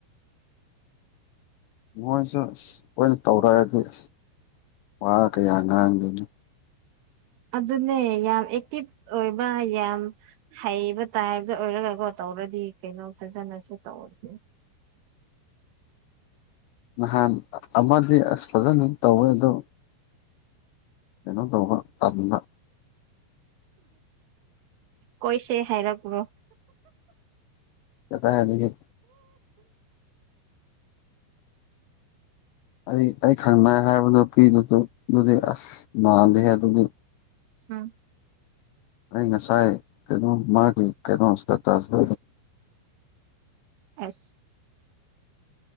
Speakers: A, on the left (about 85°); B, on the right (about 75°).
A: ꯃꯣꯏꯁꯨ ꯑꯁ ꯑꯣꯏꯅ ꯇꯧꯔꯛꯑꯗꯤ ꯑꯁ ꯋꯥ ꯀꯌꯥ ꯉꯥꯡꯗꯦꯅꯦ
B: ꯑꯗꯨꯅꯦ ꯌꯥꯝ ꯑꯦꯛꯇꯤꯚ ꯑꯣꯏꯕ ꯌꯥꯝ ꯍꯩꯕ ꯇꯥꯏꯕꯇ ꯑꯣꯏꯔꯒꯀꯣ ꯇꯧꯔꯗꯤ ꯀꯩꯅꯣ ꯐꯖꯅꯁꯨ ꯇꯧꯔꯒꯦ
A: ꯅꯍꯥꯟ ꯑꯃꯗꯤ ꯑꯁ ꯐꯖꯅ ꯇꯧꯋꯦ ꯑꯗꯣ ꯀꯩꯅꯣꯝ ꯇꯧꯕ ꯇꯟꯕ
B: ꯀꯣꯏꯁꯦ ꯍꯥꯏꯔꯛꯄ꯭ꯔꯣ
A: ꯀꯗꯥꯏꯗꯒꯤ ꯑꯩ ꯑꯩ ꯈꯪꯅꯩ ꯍꯥꯏꯕꯗꯨ ꯅꯨꯄꯤꯗꯨꯗꯨꯝ ꯑꯗꯨꯗꯤ ꯑꯁ ꯅꯥꯜꯂꯤꯍꯦ ꯑꯗꯨꯗꯤ
B: ꯎꯝ
A: ꯑꯩ ꯉꯁꯥꯏ ꯀꯩꯅꯣ ꯃꯥꯒꯤ ꯀꯩꯅꯣ ꯏꯁꯇꯦꯇꯁ
B: ꯑꯦꯁ